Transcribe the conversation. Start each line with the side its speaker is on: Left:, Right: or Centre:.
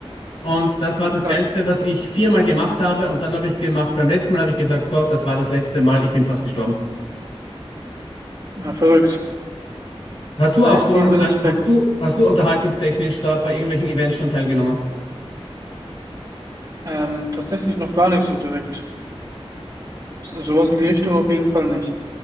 Left: Und das war
Right: Ach,
Left: das
Right: krass.
Left: Geilste, was ich viermal gemacht habe. Und dann habe ich gemacht, beim letzten Mal habe ich gesagt, so, das war das letzte Mal, ich bin fast gestorben.
Right: Ja, verrückt.
Left: Hast du
Right: Ja, Da
Left: auch
Right: echt
Left: so
Right: riesen
Left: an,
Right: Respekt.
Left: hast du, hast du unterhaltungstechnisch da bei irgendwelchen Events schon teilgenommen?
Right: Ähm, tatsächlich noch gar nicht so direkt. Sowas in die Richtung auf jeden Fall nicht.